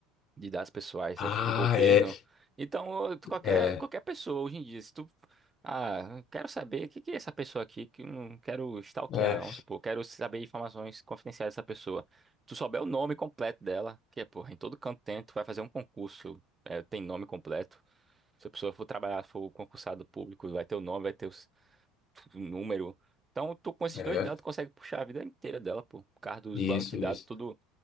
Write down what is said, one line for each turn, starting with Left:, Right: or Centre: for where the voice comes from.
Right: de dados pessoais
Left: Ah,
Right: eh, do governo.
Left: é,
Right: Então, eh, tu- qualquer,
Left: é,
Right: qualquer pessoa hoje em dia, se tu. Ah, eu quero saber o que que é essa pessoa aqui que eu não quero stalkear,
Left: é,
Right: vamos supor, quero saber informações confidenciais dessa pessoa. Tu souber o nome completo dela, que é, porra, em todo canto tem, tu vai fazer um concurso, eh, tem nome completo. Se a pessoa for trabalhar, for concursado público, vai ter o nome, vai ter os- o número. Então, tu com esses
Left: é,
Right: dois dados consegue puxar a vida inteira dela, pô, por causa dos
Left: isso,
Right: bancos de dados,
Left: isso.
Right: tudo